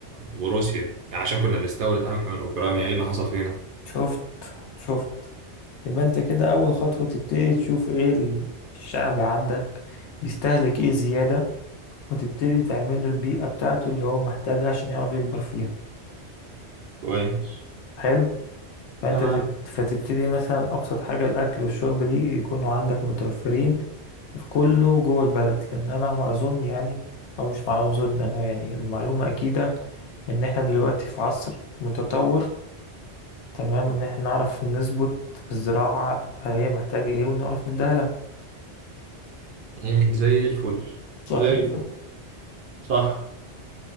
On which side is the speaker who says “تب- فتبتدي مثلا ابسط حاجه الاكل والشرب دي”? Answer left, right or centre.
Left